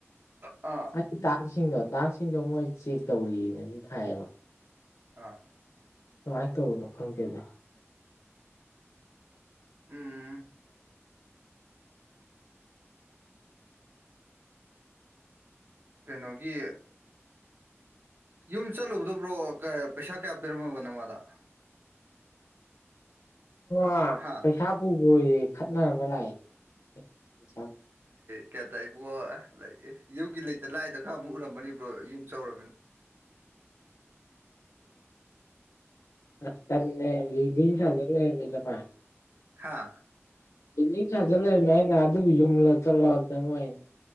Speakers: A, on the right; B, on the left.
A: ꯑꯥ
B: ꯑꯩ ꯇꯥꯁꯤꯡꯗꯣ ꯗꯥꯛꯁꯤꯡꯗꯣ ꯃꯣꯏ ꯆꯦꯛ ꯇꯧꯔꯤꯅꯗꯤ ꯊꯥꯏꯌꯦꯕ
A: ꯑꯥ
B: ꯀꯃꯥꯏꯅ ꯇꯧꯕꯅꯣ ꯈꯪꯒꯦꯗ
A: ꯎꯝ ꯀꯩꯅꯣꯒꯤ ꯌꯨꯝ ꯆꯠꯂꯨꯕꯗꯕ꯭ꯔꯣ ꯄꯩꯁꯥ ꯀꯌꯥ ꯄꯤꯔꯝꯃꯕ ꯅꯃꯗ
B: ꯑ
A: ꯍꯥ
B: ꯄꯩꯁꯥ ꯄꯨꯕꯔꯦ ꯈꯠꯅꯔ ꯑꯃ ꯂꯥꯛꯏꯅꯦꯩ
A: ꯀꯌꯥ ꯇ ꯏꯕꯣ ꯑꯦ ꯌꯨꯝꯒꯤ ꯂꯩꯇ ꯂꯥꯏꯗ ꯈꯔ ꯑꯃꯨꯛ ꯎꯔꯃꯅꯤꯕ꯭ꯔꯣ ꯌꯨꯝ ꯆꯥꯎꯧꯔꯕꯃꯤꯅ <inaudible>
B: ꯁ ꯇ ꯂꯤꯕꯤ ꯂꯩ ꯂꯩ ꯆ ꯄꯥꯏ
A: ꯍꯥꯥ
B: ꯕꯤꯗꯤ ꯁꯥꯖꯜ ꯂꯩꯏꯃꯦ ꯑꯩꯅ ꯑꯗꯨꯕꯨ ꯌꯨꯝꯂ ꯆꯠꯂ ꯆꯪ ꯑꯩꯅ